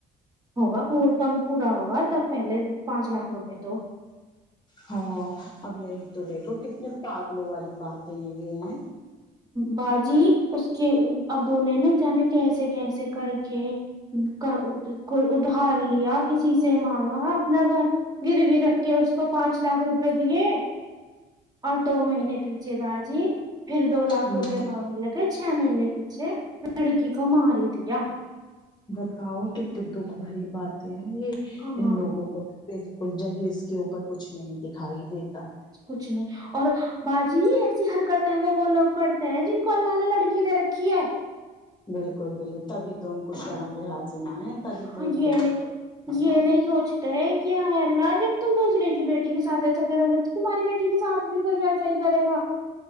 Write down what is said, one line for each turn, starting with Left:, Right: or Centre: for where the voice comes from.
Right: ہوگا کم پورا ہوگا تب پہلے پانچ لاکھ روپئے تو
Left: ہاں اب یہی تو دیکھو وہ کتنا پاگلوں والی باتیں یہ ہیں
Right: باجی اس کے ابو نےناجانے کیسے کیسے کر کے کا کو ادھار لیا کسی سے مانگا اپنا گھر گروی رکھ کے اس کو پانچ لاکھ روپے دیے اور دو مہینے پیچھے باجی پھر دو لاکھ
Left: ہوں
Right: روپے مانگ لے کے چھ مہینے پیچھے لڑکی کو مار ہی دیا
Left: بتاؤ کتنی دکھ بھری باتیں ہیں یہ
Right: ہاں
Left: ان لوگوں کو ان کو جہز کے اوپر کچھ نہیں دکھائی دیتا
Right: کچھ نہیں اور باجی ایسی حرکتیں وہ وہ لوگ کرتے ہیں جن کو اللہ نے لڑ کی دے رکھی ہے
Left: بالکل بالکل تبھی تو ان کو شرم لحاظ نہ ہے تبھی تو
Right: ہاں
Left: ان
Right: یہ
Left: کو بالکل
Right: نہیں یہ
Left: ہے
Right: نہیں سوچ تے کہ ہ اللہ جب تم دوسرے کی بیٹی کے ساتھ ایسا کرو گے تو تمہاری بیٹی کے ساتھ بھی کوئی ایسا ہی کریگا